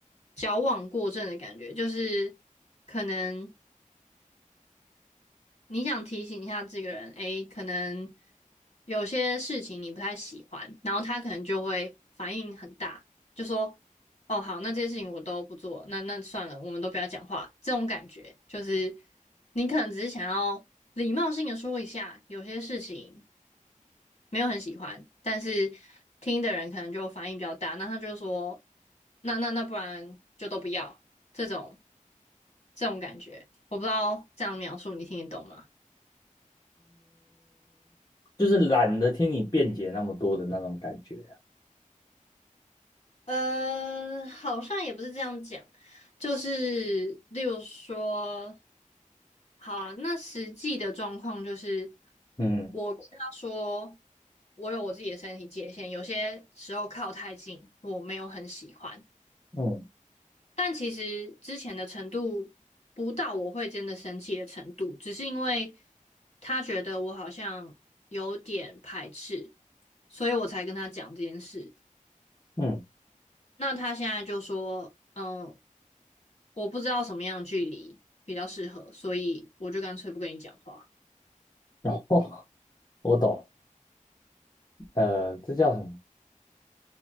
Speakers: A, on the left (about 50°); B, on the left (about 30°).
A: 矫枉过正的感觉，就是可能你想提醒一下这个人，诶，可能有些事情你不太喜欢，然后他可能就会反应很大，就说，哦，好，那这些事情我都不做，那那算了，我们都不要讲话，这种感觉就是你可能只是想要礼貌性的说一下，有些事情没有很喜欢，但是听的人可能就反应比较大，那他就说，那那那不然就都不要这种这种感觉，我不知道这样描述你听得懂吗？
B: 就是懒得听你辩解那么多的那种感觉啊
A: 呃，好像也不是这样讲，就是例如说，好啊，那实际的状况就是，
B: 嗯
A: 我跟他说，我有我自己的身体界限，有些时候靠太近，我没有很喜欢。
B: 嗯
A: 但其实之前的程度不到我会真的生气的程度，只是因为他觉得我好像有点排斥，所以我才跟他讲这件事。
B: 嗯，
A: 那他现在就说，嗯，我不知道什么样的距离比较适合，所以我就干脆不跟你讲话。
B: 然后 <laughs> 我懂，呃，这叫什么？